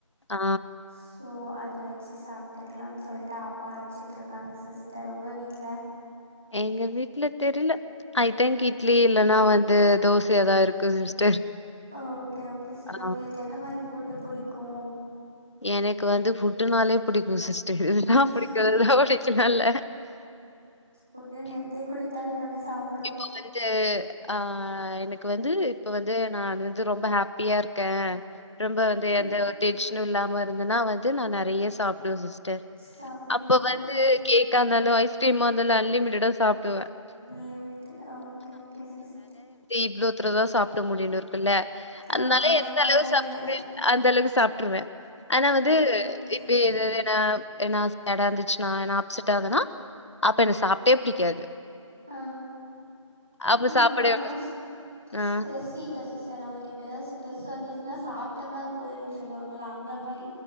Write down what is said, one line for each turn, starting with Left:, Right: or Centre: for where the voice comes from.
Left: ஆ
Centre: சோ அத வச்சு சாப்பிட்டுக்கலானு சொல்லிட்டு ஆப்போ அரச்சிட்டுருக்காங்க சிஸ்டர் உங்க வீட்ல
Left: எங்க வீட்ல தெரில ஐ திங் இட்லி இல்லன்னா வந்து தோச ஏதாயா இருக்கு சிஸ்டர்
Centre: ஓகே ஓகே சிஸ்டர்
Left: ஆ
Centre: உங்களுக்கு என்ன மாதிரி ஃபுட்டு புடிக்கூ
Left: எனக்கு வந்து ஃபுட்டுனாலே புடிக்கூ சிஸ்டர் இதுதா
Centre: புடிக்கு
Left: புடிக்கூ <unintelligible> லல்ல
Centre: ஃபுட்டுனு எழுதி குடுத்தாலு நா சாப்ப
Left: இப்ப பாரு இது ஆ எனக்கு வந்து இப்ப வந்து நான் வந்து ரொம்ப ஹாப்பியா இருக்கே ரொம்ப வந்து
Centre: ம்
Left: எந்த ஒரு டென்ஷனு இல்லாம இருந்தன்னா வந்து நா நெறைய சாப்டுவே சிஸ்டர்
Centre: சாப்டுவீங்க
Left: அப்ப வந்து
Centre: அ
Left: கேக்கா இருந்தாலு ஐஸ்கிரீமா இருந்தாலு அன்லிமிடடா சாப்டுவே
Centre: உம் தெரில ஓகே ஓகே சிஸ்
Left: இவ்ளோத்தரதா சாப்ட முடியுனு இருக்குல்ல அதனால
Centre: ஆ அந்த
Left: எந்த
Centre: மாரிலா
Left: அளவு சாப்பி
Centre: இல்ல
Left: அந்த அளவுக்கு சாப்ட்டுருவே ஆனா வந்து
Centre: ஓகே ஓகே
Left: இப்டின்னா
Centre: சிஸ்டர்
Left: ஏன்னா சேடா இருந்துச்சுன்னா ஏனா அப்செட்டா இருந்தனா அப்ப எனக்கு சாப்டே பிடிக்காது
Centre: ஆ
Left: அப்ப
Centre: ஆனா
Left: சாப்பாடே
Centre: நா ல்லா
Left: ஆ,
Centre: ஸ்ட்ரெஸ் <unintelligible> சிஸ்டர் நமக்கு இப்ப ஏதாவது ஸ்ட்ரெஸ் வந்துச்சுா சாப்ட்டோம்னா அது போயிரும்னு சொல்லுவாங்களா அந்த மாரி